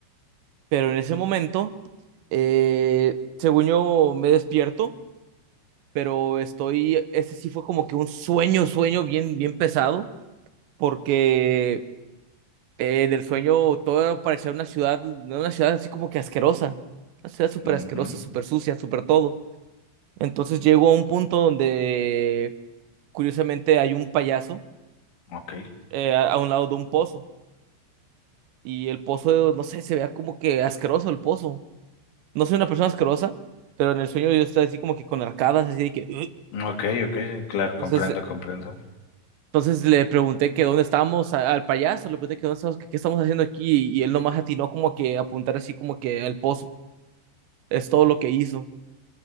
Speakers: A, on the right (about 75°); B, on the left (about 70°).
A: Pero en ese momento, eh, según yo me despierto, pero estoy, ese sí fue como que un sueño, sueño bien, bien pesado, porque eh, en el sueño todo parecía una ciudad, una ciudad así como que asquerosa, una ciudad súper
B: Ujú.
A: asquerosa, súper sucia, súper todo. Entonces llego a un punto donde, curiosamente, hay un payaso
B: Ok,
A: eh, a, a un lado de un pozo, y el pozo, no sé, se vea como que asqueroso el pozo. no soy una persona asquerosa, pero en el sueño yo estaba así como que con arcadas, así de que... "Ugh".
B: ok, ok, claro,
A: Entonces,
B: comprendo,
A: eh,
B: comprendo.
A: entonces le pregunté que dónde estábamos a- al payaso, le pregunté que dónde estamos, que qué estamos haciendo aquí y, él nomás atinó como que a apuntar así como que al pozo. Es todo lo que hizo.